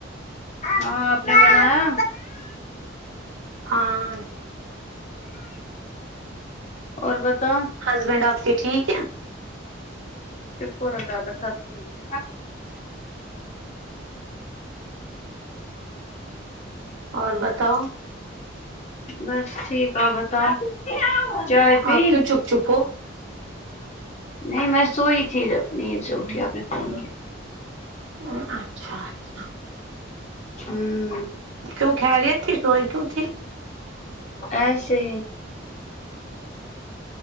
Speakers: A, on the left (about 35°); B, on the right (about 80°).
A: ہاں اپنے بناا
B: ہاں
A: اور بتاؤ
B: ہسبینڈ آپ کے ٹھیک ہے
A: شکر اللہ سب ٹھیک
B: اور بتاؤ
A: بس ٹھیک آ بتاؤ چائے پی
B: آپ کیوں چپ چپ ہو
A: نہیں میں سوئی تھی نیند سے اٹھ کے آپ نے فون کیا
B: ا اچھا اچھا
A: ہوں
B: کیوں خیریت تھی سوئی کیوں تھی
A: اچ سی